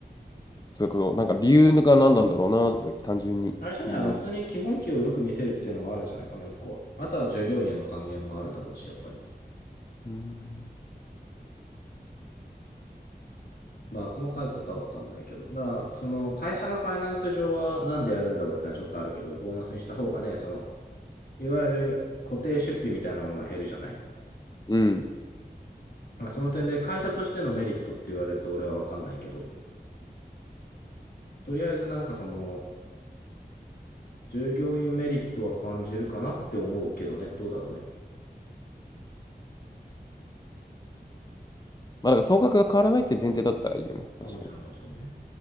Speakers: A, on the left (about 25°); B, on the left (about 70°).
A: それこそ、なんか理由が何なんだろうなって単純に気になる。
B: 最初ね、あの、普通に基本給をよく見せるっていうのもあるんじゃないかな、一個は。あとは従業員への還元もあるだろうし、やっぱり。
A: うん。
B: まあ、細かいことはわかんないけど。だから、その会社のファイナンス上はなんでやるんだろうってのはちょっとあるけど、ボーナスにした方がね、その、いわゆる固定出費みたいなものは減るじゃない
A: うん。
B: まあ、その点で会社としてのメリットって言われると俺は分かんないけど、とりあえずなんかその、従業員メリットは感じるかなって思うけどね、どうだろうね。
A: まあだから総額が変わらないって前提だったらいいよね。
B: まあ、
A: 確かに。
B: もちろんもちろんね。